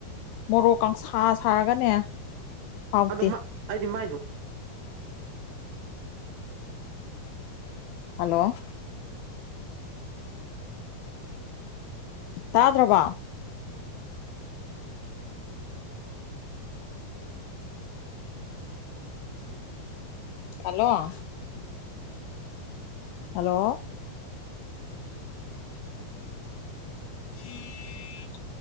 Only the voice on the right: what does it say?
ꯑꯗꯣ ꯑꯩꯗꯤ ꯃꯥꯏꯗꯨ